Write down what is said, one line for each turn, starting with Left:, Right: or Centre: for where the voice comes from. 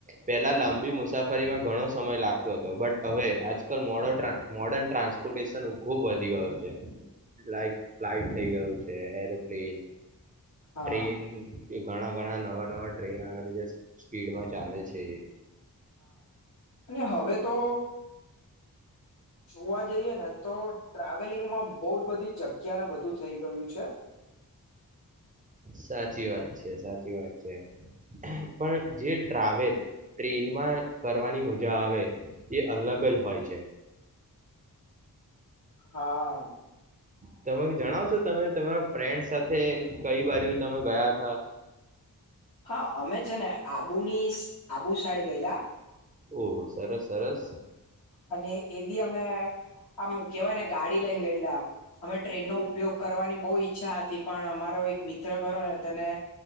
Right: પેલા લાંબી મુસાફરીમાં ઘણો સમય લાગતો હતો બટ હવે આજકાલ મોડ મોડર્ન ટ્રાન્સપોર્ટેશન ખુબ વધી ગયો છે, લાઈક ફ્લાઈટ થઈ ગયું છે. એરોપ્લેન,
Left: હા
Right: ટ્રેન એ ઘણા ઘણા નવા નવા ટ્રે્રન આવે ભીડમા ચાલે છે
Left: ને હવે તો જોવા જઈએ ને તો ટ્રાવેલિંગમાં બો જ બધી જગ્યાને બધું થઇ ગયું છે
Right: સાચી વાત છે સાચી વાત છે પણ જે ટ્રાવેલ ટ્રેનમાં કરવાની મજા આવે એ અલગ જ હોય છે
Left: હા
Right: તમે જણાવશો તમે તમારા ફ્રેન્ડ સાથે કઈ બાજુ તમે ગયા તા
Left: હ અમે છે ને આબુની સાઈડ ગયેલા
Right: ઓહ સરસ સરસ
Left: અને એ બી અમે આમ કેવાય ને ગાડી લઈને ગયેલા અમે ટ્રેનનો ઉપયોગ કરવાની બો ઈચ્છા હતી પણ અમારો એક મિત્ર ખરો ને તેને